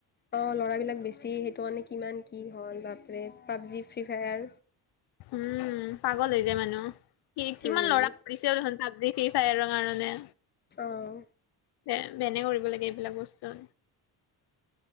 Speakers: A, on the left (about 25°); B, on the left (about 65°).
A: অ ল'ৰাবলাক বেছি সেইটো মানে কিমান কি হল বাপ পাবজি ফ্ৰী ফায়াৰ
B: উম পাগল হৈ যায় মানুহ কি কিমান
A: উম
B: ল'ৰা কৰিছে হল পাবজি ফ্ৰী ফায়াৰত কাৰণে
A: আহ
B: ব বেনে কৰিব লাগে এইবিলাক বস্তু।